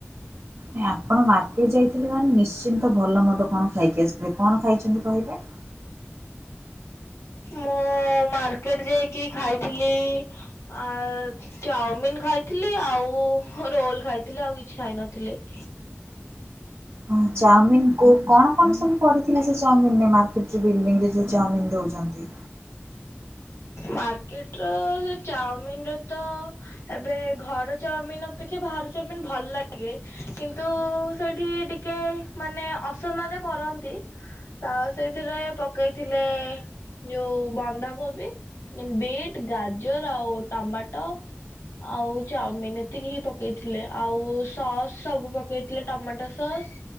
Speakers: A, on the right; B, on the left.
A: ଏଁ ଆପଣ ମାର୍କେଟ ଯାଇଥିଲେ ମାନେ ନିଶ୍ଚିନ୍ତ ଭଲ ମଦ କଣ ଖାଇକି ଆସିଥିବେ କଣ ଖାଇଚନ୍ତି କହିଲେ?
B: ମୁଁ ମାର୍କେଟ ଯାଇକି ଖାଇଥିଲି ଆ ଚାଓମିନ୍ ଖାଇଥିଲି ଆଉ ରୋଲ୍ ଖାଇଥିଲି ଆଉ କିଛି ଖାଇ ନଥିଲି। <inaudible>
A: ଓ ଚାଓମିନ୍ କୁ କଣ କଣ ସବୁ ପଡ଼ିଥିଲା ସେ ଚୌମିନ ରେ? ଚାଉମିନ୍ ଦଉଚନ୍ତି।
B: ମାର୍କେଟରେ ସେ ଚାଓମିନରେ ତ ଏବେ ଘର ଚାଓମିନ୍ ଅପେକ୍ଷା ବାହାର ଚାଓମିିନ୍ ଭଲ ଲାଗେ କିନ୍ତୁ ସେଠି ଟି କେ ମାନେ ଅସନା ତ କରନ୍ତି ତ ସେଇଥିରେ ପକେଇ ଥିଲେ ଯୋଉ ବନ୍ଧାକୋବି ବିଟ୍ ଗାଜର ଆଉ ଟମାଟ ଆଉ ଚାଉମିିନ୍ ଏତିକି ହିଁ ପକେଇଥିଲେ ଆଉ ସସ୍ ସବୁ ପକେଇଥିଲେ ଟମାଟୋ ସସ୍